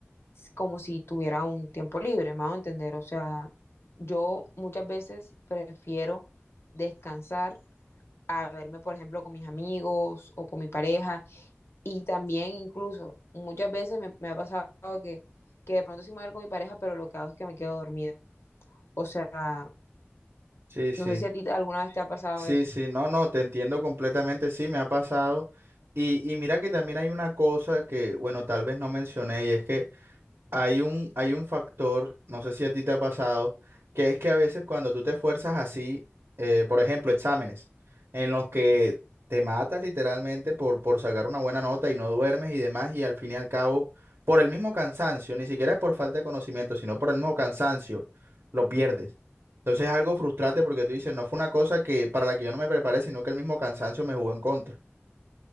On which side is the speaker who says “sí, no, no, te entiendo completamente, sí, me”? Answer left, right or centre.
Right